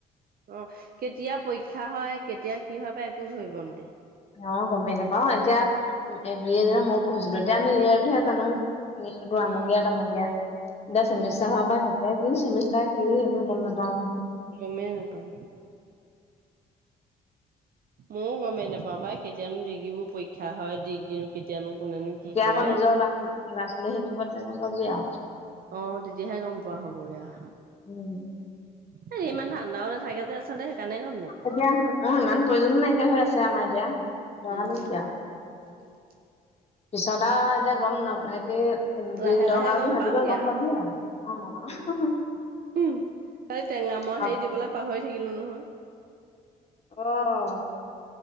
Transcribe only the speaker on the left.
অ', গমেই নাপাও, এতিয়া এ, বি এ যেনিবা মইও পঢ়িছিলো, এতিয়া আমি ইয়েৰটোহে জানো। <unintelligible> আমুকীয়া
তামুকীয়া, এতিয়া চেমিষ্টাৰ
হোৱাৰ পা যেতিয়া কি চেমিষ্টাৰ এই, এইবোৰ গম নাপাওঁ নহয়।
আকৌ
নিজৰ ল'ৰা ল'ৰা-ছোৱালী হেৰী কৰিব যেতিয়া গম পাবি আৰু
উম
এতিয়া অ', ইমান প্ৰয়োজনো নাইকিয়া হৈ আছে, আমাৰ এতিয়া ল'ৰা
নো কি আৰু
পিছত আৰু এতিয়া, গম না সে কি যদি
দৰকাৰ
বুলি ভাবিলও,
গম
পাবি আও অ',
অ
অ'